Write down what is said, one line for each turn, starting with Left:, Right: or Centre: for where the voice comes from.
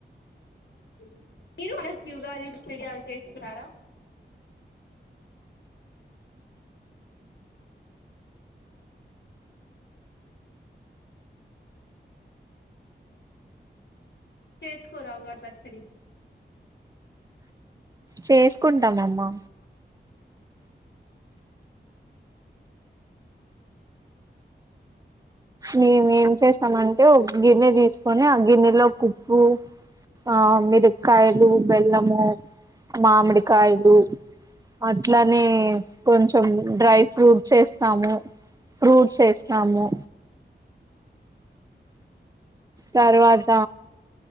Left: <unintelligible> చెయ్యాలి చేస్తున్నారా చేస్కోరా ఉగాది పచ్చడి
Right: చేసుకుంటాం అమ్మా మేం ఏం చేస్తామంటే ఒక గిన్నె తీసుకొని ఆ గిన్నెలోకి ఉప్పు ఆ మిరక్కాయలు బెల్లము మామిడికాయ డు అట్లా నే కొంచెం డ్రై ఫ్రూట్స్ ఏస్తాము ఫ్రూట్స్ ఏస్తాము తర్వాత